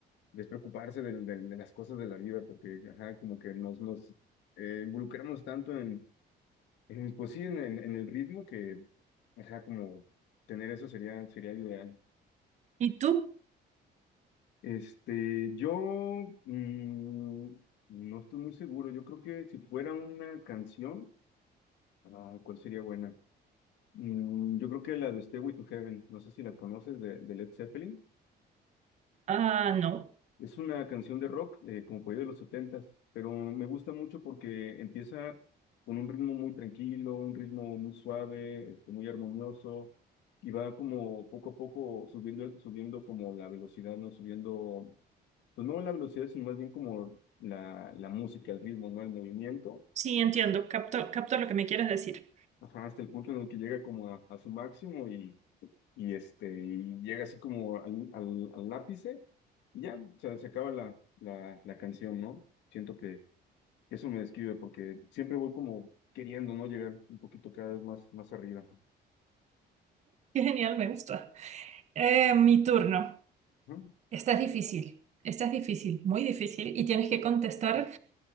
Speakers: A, on the left; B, on the right.
A: despreocuparse del- del- de, las cosas de la vida, porque ajá, como que nos, nos eh, involucramos tanto en Eh, Pues sí, en, en- en el ritmo que, ajá, como tener eso sería, sería ideal.
B: ¿Y tú?
A: Este, yo mm, no estoy muy seguro. Yo creo que si fuera una canción, ah, ¿cuál sería buena? Mm, yo creo que la de Stairway to Heaven, no sé si la conoces de, de Led Zeppelin.
B: Ah, no.
A: Es una canción de rock, eh, como por ahí de los setentas, pero me gusta mucho porque empieza con un ritmo muy tranquilo, un ritmo muy suave, este, muy armonioso, y va como poco a poco subiendo, subiendo como la velocidad, ¿no? Subiendo, pues no la velocidad, sino más bien como la, la música, el ritmo, ¿no? El movimiento.
B: Sí, entiendo, capto, capto lo que me quieres decir.
A: Ajá, hasta el punto en el que llega como a, a su máximo y, y, este, y llega así como al, al, al ápice y ya, o sea, se acaba la, la, la canción, ¿no? Siento que, que eso me describe porque siempre voy como queriendo, ¿no? Llegar un poquito cada vez más, más arriba.
B: Qué genial, me gusta. Eh, mi turno.
A: Ajá.
B: Esta es difícil, esta es difícil, muy difícil, y tienes que contestar